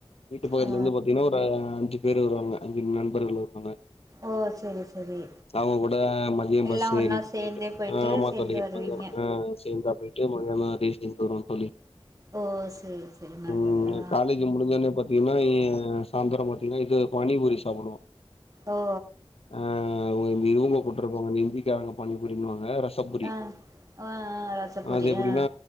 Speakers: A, on the left; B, on the right.
A: வீட்டு பக்கத்துலந்து
B: ஆ ஆ
A: பாத்தீங்கன்னா ஒரு அஞ்சு பேரு வருவாங்க அஞ்சு நண்பர்கள் வருவாங்க
B: ஓ செரி செரி
A: அவுங்க கூட மதியம் பஸ்
B: எல்லா ஒன்னா
A: ஏறி
B: சேந்தே
A: போயிட்டு ஆ ஆமா
B: சேந்து
A: தோழி
B: வருவீங்க
A: மதியானோ ஆ சேந்தா போயிட்டு மதியானோ பேசிட்டே போயிருவோ தோழி
B: ஓ செரி செரி நல்லது
A: ம்
B: ஆ
A: காலேஜ் முடிஞ்ச ஒன்னே பாத்தீங்கன்னா ஏ சாய்ந்தரோ பாத்தீங்கன்னா இது பானிபூரி சாப்பிடுவோ
B: ஓ
A: ஆ இதுவுங்க போட்டிருப்பாங்க ஹிந்தி காரங்க பானிபூரினுவாங்க சப்புரி
B: ஆ ஆ ஆ ரசப்பூரி
A: அது எப்டினா
B: ஆ